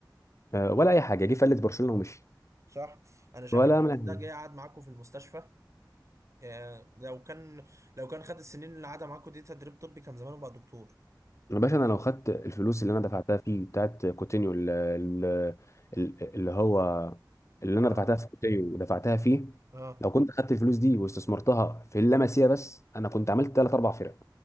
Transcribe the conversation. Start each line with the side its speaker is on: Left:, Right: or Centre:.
Left: آه ولا أي حاجة جه فلت برشلونة ومشي
Right: صح انا شايف
Left: ولا
Right: ان الراجل
Left: عمل
Right: ده جاي قعد معاكم في المستشفى آه، لو كان لو كان خد السنين اللي قعدها معاكم دي تدريب طبي كان زمانه بقى دكتور
Left: يا باشا انا لو خدت الفلوس اللي انا دفعتها فيه بتاعت كوتينيو ال- ال- ال- اللي هو اللي
Right: اه
Left: انا دفعتها
Right: اه
Left: في كوتينيو ودفعتها فيه
Right: اه
Left: لو كنت خدت الفلوس دي واستثمرتها في اللمسيه بس انا كنت عملت ثلاث اربع فرق